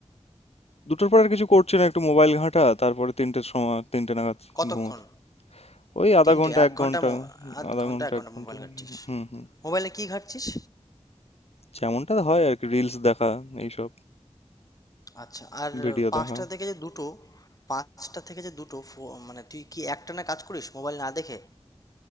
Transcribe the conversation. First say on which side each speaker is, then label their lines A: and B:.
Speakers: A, on the left; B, on the left.
A: দুটোর পর আর কিছু করছি না একটু মোবাইল ঘাঁটা তারপরে তিনটের সময় তিনটে নাগাদ
B: কতক্ষণ
A: ঘুমোতে ওই আধা
B: তিনটে
A: ঘন্টা
B: এক
A: এক
B: ঘন্টা
A: ঘন্টা
B: মো- আধ
A: আধা
B: ঘন্টা
A: ঘন্টা
B: এক ঘন্টা
A: এক ঘন্টা
B: মোবাইল ঘাঁটছিস
A: হুম হুম
B: মোবাইলে কি ঘাঁটছিস
A: যেমনটা হয় আর কি রিলস দেখা এইসব
B: আচ্ছা আর
A: ভিডিও
B: পাঁচটা
A: দেখা
B: থেকে যে দুটো পাঁচটা থেকে যে দুটো ফো- মানে তুই কি একটানা কাজ করিস মোবাইল না দেখে